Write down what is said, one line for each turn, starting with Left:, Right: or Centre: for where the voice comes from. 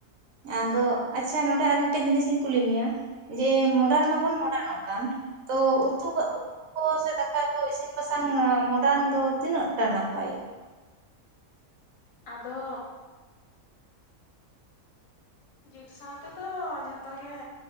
Right: ᱟᱫᱚ ᱟᱪᱪᱷᱟ ᱱᱚᱸᱰᱮ ᱟᱨ ᱢᱤᱫᱴᱮᱱ ᱡᱤᱱᱤᱥ ᱤᱧ ᱠᱩᱞᱤ ᱢᱮᱭᱟ, ᱡᱮ ᱢᱚᱰᱟᱨᱱ
Left: ᱦᱮᱸ
Right: ᱢᱟᱵᱚᱱ ᱢᱚᱰᱟᱨᱱᱚᱜ ᱠᱟᱱ, ᱛᱚ ᱩᱛᱩ ᱩᱛᱩ ᱠᱚ ᱥᱮ ᱫᱟᱠᱟ ᱠᱚ ᱤᱥᱤᱱ ᱵᱟᱥᱟᱝ ᱢᱚᱰᱟᱱ ᱫᱚ ᱛᱤᱱᱟᱹᱜ ᱴᱟ ᱱᱟᱯᱟᱭᱟ?
Left: ᱟᱫᱚ ᱡᱩᱜᱽ ᱥᱟᱶ ᱛᱮᱫᱚ ᱡᱷᱚᱛᱚ ᱜᱮ